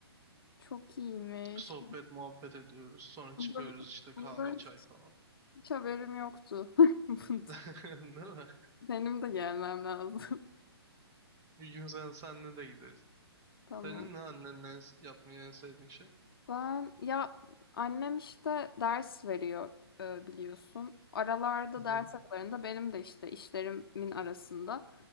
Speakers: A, on the left; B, on the right.
A: Çok iyiymiş.
B: Sohbet, muhabbet ediyoruz. Sonra çıkıyoruz
A: Bundan,
B: işte kahve,
A: bundan
B: çay falan.
A: hiç haberim yoktu. <laughs> Bundan.
B: <laughs> Değil mi?
A: Benim de gelmem lazım. <laughs>
B: Bir gün sen senle de gideriz.
A: Tamam.
B: Senin ne annenle yapmayı en sevdiğin şey?
A: Ben ya annem işte ders veriyor e, biliyorsun. Aralarda
B: Hı hı.
A: ders aralarında benim de işte işlerimin arasında